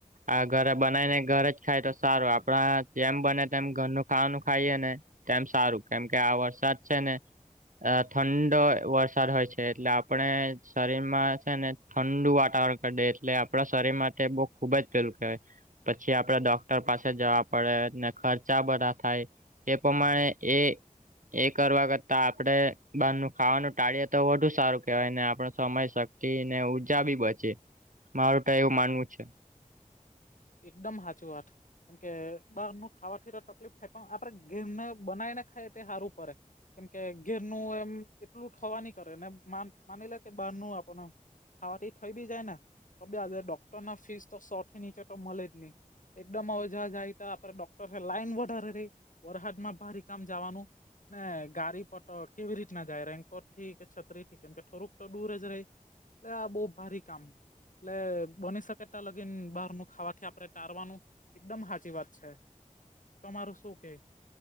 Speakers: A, on the right (about 70°); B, on the left (about 70°).
A: આ ઘરે બનાય ને ઘરે જ ખાય તો સરુ આપણા જેમ બને તેમ ઘરનું ખાવાનું ખાઈએ ને તેમ સારુ કેમ કે આ વરસાદ છે ને ઠંડ વરસાદ હોય છે, એટલે આપણે શરીરમાં છેને, ઠંડુ વાતાવરણ કરી દેએ એટલે આપણા શરીર માટે બહુ ખુબ જ પેલું કહેવાય પછી આપડે ડોક્ટર પાસે જવા પડેને ખર્ચા બધા થાય એ પ્રમાણે એ એ કરવા કરતા આપડે બાર નનું ખાવાનું ટાળીએ તો વધુ સારુ કેય ને આપડ સમય શક્તિ ને ઉઊર્જા બી બચે મારું તો એવું માનવું છે.
B: એકદમ હાચ વાટ કેમ કે બહાર નું ખાવાથી તો તકલીફ થાય પણ આપડે ઘીરને બનાવી ને ખાય તે સારુ પડે કેમ કે ઘેરનુ એમ એટલુ થવા નની કરે ને માની લે કે બહાર ન આપણ ખાવાથી થઈ બી જાય ને તો આજે ડોક્ટર ના ફીસ તો સોથી નીચે તો મળે જ, નહી એકદમ અજાજ આવી ત આપે ડોક્ટર લાઈન વધારે રહી વરહદમાં ભારી કામ જવાનુ ને ગાડી પટ કેવી રીત ના જાય રકો ક છત્રી ઠી કેમ કે થોડુંક તો દૂર જ રહી એટ આ બહુ ભારી કામ એટલે બની શકે ત લગીન બહાર મુૂકી ખાવાથી આપડણે તારવાનું એકદમ સાચી વાત છે, તમારું શું કે